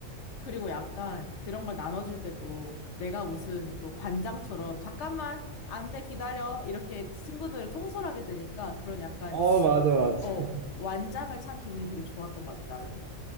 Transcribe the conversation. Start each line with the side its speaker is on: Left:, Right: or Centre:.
Left: 그리고 약간 그런 걸 나눠줄 때도 내가 무슨 뭐 반장처럼 잠깐만 안돼 기다려 이렇게 친구들을 통솔하게 되니까 그런 약간
Right: 어, 맞아, 맞아.
Left: 어 완장을 찬 기분이 되게 좋았던 것 같아 나는.